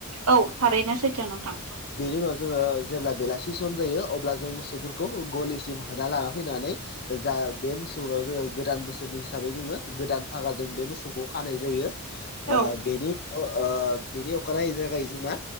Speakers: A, on the right (about 75°); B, on the left (about 45°).
A: औ थारैनो सैथो नोंथां।
B: बेनि उनाव जोङो जेब्ला बेलासि सम जायो अब्ला जों मोसौफोरखौ गलि सिम होना लाना फैनानै जा बे मो सौनाव जोङो गोदान बोसोरनि हिसाबै जोङो गोदान भागा जों बे मोसौखौ खानाय जायो। ओ
A: औ
B: बेनि अ ओ बेनि अखानायै जागायो जोंना